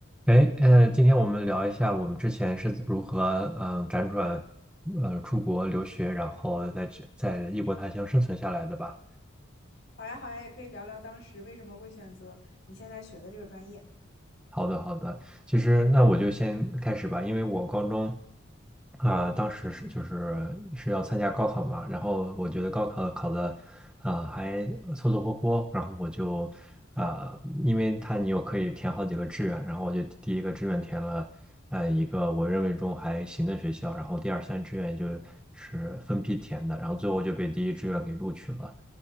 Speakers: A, in the centre; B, on the left.
A: 哎，呃，今天我们聊一下我们之前是如何，嗯、辗转，呃，出国留学，然后在这在异国他乡生存下来的吧。
B: 好呀，好呀，也可以聊聊当时为什么会选择你现在学的这个专业。
A: 好的，好的。其实那我就先开始吧，因为我高中啊、当时是就是是要参加高考嘛，然后我觉得高考考的啊、还凑凑合合，然后我就啊、因为它你又可以填好几个志愿，然后我就第一个志愿填了呃一个我认为中还行的学校，然后第二、三志愿就是分批填的，然后最后就被第一志愿给录取了。